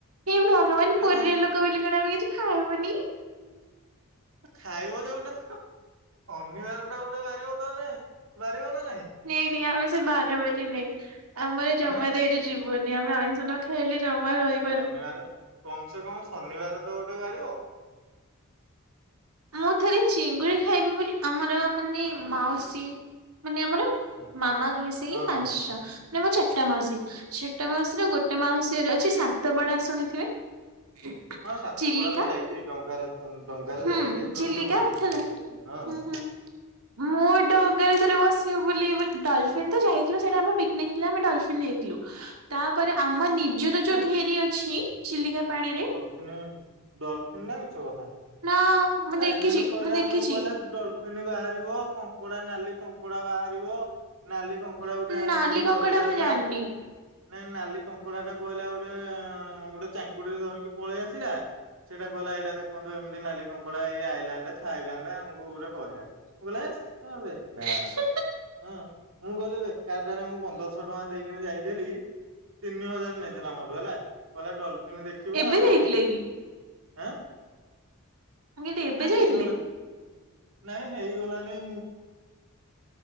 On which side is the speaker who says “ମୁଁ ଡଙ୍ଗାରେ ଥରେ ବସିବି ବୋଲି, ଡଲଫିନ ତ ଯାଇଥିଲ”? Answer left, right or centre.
Right